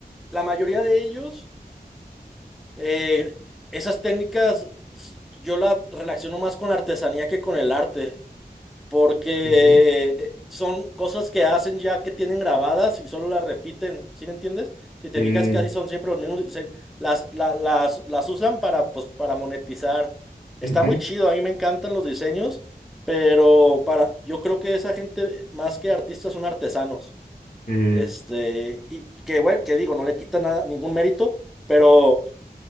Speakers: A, in the centre; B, on the left.
A: la mayoría de ellos, eh, esas técnicas s- yo las relaciono más con la artesanía que con el arte. porque
B: ujú.
A: son cosas que hacen ya que tienen grabadas y solo las repiten, ¿sí me entiendes? Si te
B: Mm,
A: fijas, casi son siempre los mismos, se- las, la- las, las usan para, pues, para monetizar. Está
B: ujú,
A: muy chido, a mí me encantan los diseños, pero para, yo creo que esa gente, más que artistas, son artesanos.
B: mm.
A: Este, y que, bueno, que digo, no le quita nada, ningún mérito, pero